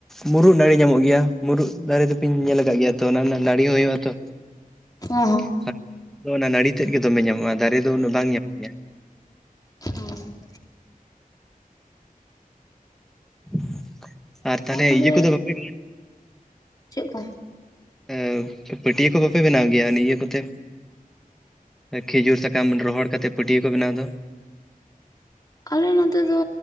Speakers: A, in the centre; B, on the left.
A: ᱢᱩᱨᱩᱫ ᱱᱟᱹᱲᱤ ᱧᱟᱢᱚᱜ ᱜᱮᱭᱟ ᱢᱩᱨᱩᱫ ᱫᱟᱨᱮ ᱫᱚᱯᱮ ᱧᱮᱞ ᱟᱠᱟᱫ ᱜᱮᱭᱟ ᱛᱚ ᱚᱱᱟ ᱨᱮᱱᱟᱜ ᱱᱟᱹᱲᱤ ᱦᱚᱸ ᱦᱳᱭᱳᱜᱼᱟ ᱛᱚ
B: ᱦᱚᱸ ᱦᱚᱸ
A: <inaudible> ᱟᱞᱮ ᱥᱮᱫ ᱫᱚ ᱚᱱᱟ ᱱᱟᱲᱤ ᱛᱮᱫ ᱜᱮ ᱫᱚᱢᱮ ᱧᱟᱢᱚᱜᱼᱟ, ᱫᱟᱨᱮ ᱫᱚ ᱩᱱᱟᱹᱜ ᱵᱟᱝ ᱧᱟᱢᱚᱜ ᱜᱮᱭᱟ᱾
B: ᱦᱚᱭ᱾
A: <inaudible> ᱟᱨ ᱛᱟᱞᱚᱦᱮ
B: ᱦᱚᱸ ᱛᱟᱦᱚᱞᱮ
A: ᱤᱭᱟᱹ ᱠᱚᱫᱚ ᱵᱟᱯᱮ ᱜᱟᱞᱟᱝ
B: ᱪᱮᱫ ᱠᱚ
A: <inaudible> ᱮᱻᱵᱚ ᱯᱟᱹᱴᱤᱭᱟᱹ ᱠᱚ ᱵᱟᱯᱮ ᱵᱮᱱᱟᱣ ᱜᱮᱭᱟ ᱱᱤᱭᱟᱹ ᱠᱚᱛᱮ? ᱠᱷᱤᱡᱩᱨ ᱥᱟᱠᱟᱢ ᱨᱚᱦᱚᱲ ᱠᱟᱛᱮᱜ ᱯᱟᱹᱴᱤᱭᱟᱹ ᱠᱚ ᱵᱮᱱᱟᱣ ᱫᱚ᱾
B: ᱟᱞᱮ ᱱᱚᱛᱮ ᱫᱚ